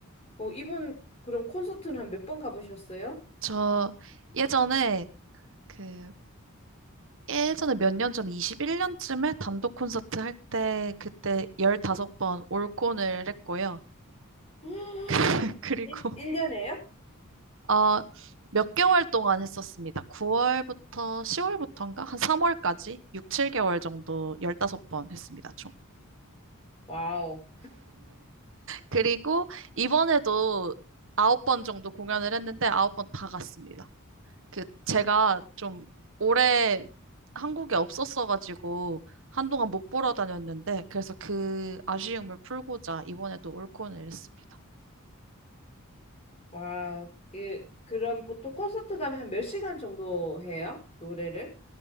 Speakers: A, on the left; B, on the right.
A: 어, 이분 그럼 콘서트는 한 몇 번 가보셨어요?
B: 저 예전에 그 예전에 몇 년 전에 21년쯤에 단독 콘서트 할 때 그때 15번 올콘을 했고요.
A: <gasps>
B: <laughs> 그리고
A: 1, 일년에요
B: 어, 몇 개월 동안 했었습니다. 9월부터 10월부터인가? 한 3월까지 6, 7개월 정도 15번 했습니다, 총.
A: 와우.
B: 그리고 이번에도 9번 정도 공연을 했는데 9번 다 갔습니다. 그 제가 좀 오래 한국에 없었어가지고 한동안 못 보러 다녔는데 그래서 그 아쉬움을 풀고자 이번에도 올콘을 했습니다.
A: 와우. 예, 그럼 보통 콘서트 가면 한 몇 시간 정도 해요? 노래를?